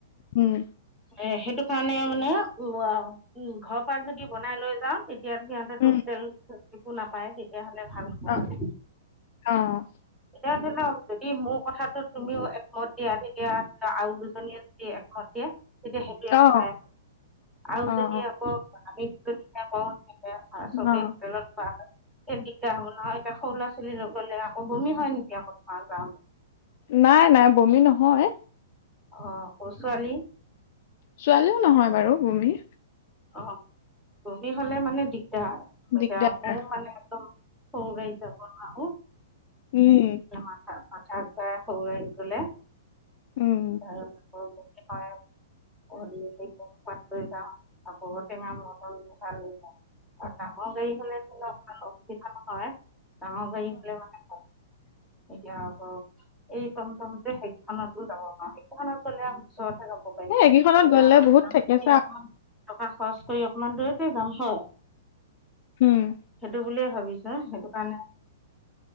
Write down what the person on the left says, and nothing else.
উম,
উম,
অ',
অ',
অ',
অ',
অ',
নাই নাই বমি নহয়।
ছোৱালীও নহয় বাৰু বমি।
দিগদাৰ
উম,
উম,
<inaudible>
এ একেইখনত
গ'লে বহুত
থেকেছা
উম